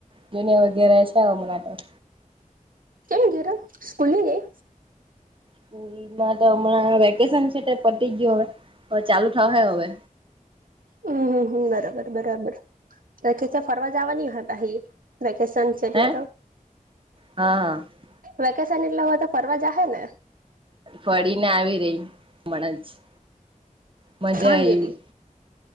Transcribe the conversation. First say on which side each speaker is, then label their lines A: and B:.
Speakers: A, on the right; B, on the right.
A: જોનિ અવે ધેરે છે, હમણાં ત
B: કેમ ઘરે સ્કૂલની ગેઈ?
A: સ્કૂલમાં તો હમણાં વેકેશન છે તે પતી ગયું હવે અ ચાલુ થહે અવે
B: હમ હમ હમ બરાબર બરાબર કેથે ત ફરવા જવાની અહે પાહી વેકેશન છે એટલે
A: હે
B: તો
A: હા હા
B: વેકેશન‌ એટલે હોય તો ફરવા જાહે ને.
A: ફળીને આવી રહી હમણા જ. મજા
B: કાં
A: આયવી.
B: ગેલી